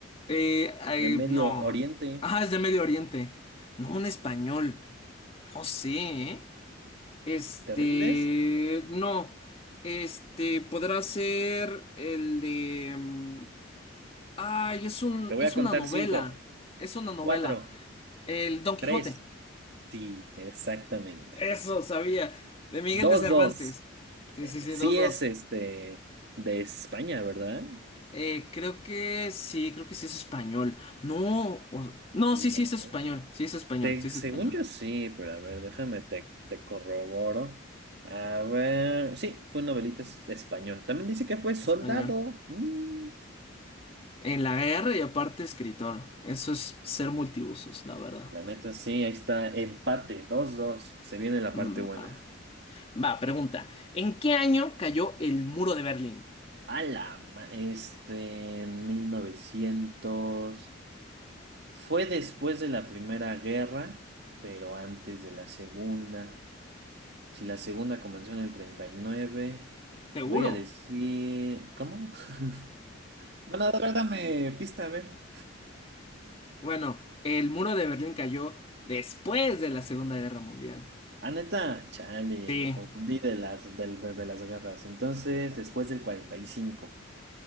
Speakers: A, on the left; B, on the right.
A: Eh, ay,
B: de Medio
A: no.
B: Oriente.
A: Ah, es de Medio Oriente. No, un español. No sé, ¿eh? Este,
B: ¿Te rindes?
A: no, este, podrá ser el de... mm, Ay, es un,
B: Te voy
A: es
B: a contar
A: una novela,
B: cinco.
A: es una novela.
B: Cuatro,
A: El Don Quijote,
B: tres, sí, exactamente.
A: eso sabía, de Miguel
B: Dos,
A: de Cervantes.
B: dos.
A: Sí,
B: Eh,
A: sí, sí,
B: sí
A: dos, dos.
B: es este de España, ¿verdad?
A: Eh, creo que sí, creo que sí es español. No, o- no,
B: No.
A: sí, sí es español, sí es español,
B: Se-
A: sí es
B: según
A: español,
B: yo sí, pero a ver, déjame, te, te corroboro. A ver, sí, fue un novelista es- español. También dice que fue soldado.
A: español.
B: Mm,
A: En la guerra y aparte escritor, eso es ser multiusos, la verdad.
B: la neta, sí, ahí está, empate, dos, dos. Se viene la parte
A: Mm,
B: buena.
A: va. Va, pregunta. ¿En qué año cayó el muro de Berlín?
B: A la, ma- este, en mil novecientos Fue después de la Primera Guerra, pero antes de la Segunda. Si la Segunda comenzó en el 39,
A: ¿Seguro?
B: voy a decir... ¿Cómo? <laughs> Bueno, de verdad me pista, a ver.
A: Bueno, el muro de Berlín cayó después de la Segunda Guerra Mundial.
B: Ah, neta, chale,
A: Sí.
B: me confundí de las, del- de, de las guerras. Entonces, después del 45,